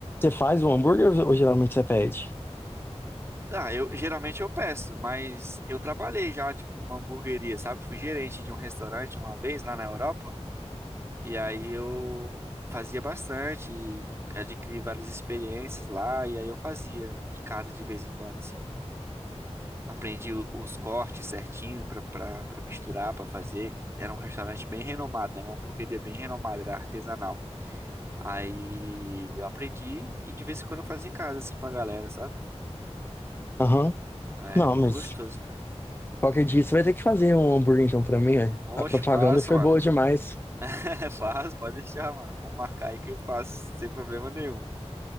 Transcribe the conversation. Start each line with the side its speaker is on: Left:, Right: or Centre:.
Left: faz o hambúrguer ou ou geralmente você pede?
Right: Ah, eu geralmente eu peço, mas eu trabalhei já, tipo, numa hamburgueria, sabe? Fui gerente de um restaurante uma vez lá na Europa. E aí eu fazia bastante, e adquiri várias experiências lá, e aí eu fazia um, em casa de vez em quando, assim. Aprendi o- os cortes certinho pra, pra, pra misturar, pra fazer. Era um restaurante bem renomado, né? Uma hamburgueria bem renomada, era artesanal. Aí eu aprendi e de vez em quando eu fazia em casa, assim, pra galera, sabe?
Left: Aham.
Right: É
Left: Não,
Right: muito
Left: mas
Right: gostoso, cara.
Left: Qualquer dia você vai ter que fazer um hambúrguer então pra mim, velho.
Right: Oxe,
Left: A propaganda
Right: faço,
Left: foi
Right: mano.
Left: boa
Right: <laughs>
Left: demais.
Right: É, faço, pode deixar, mano. Vamos marcar aí que eu faço sem problema nenhum.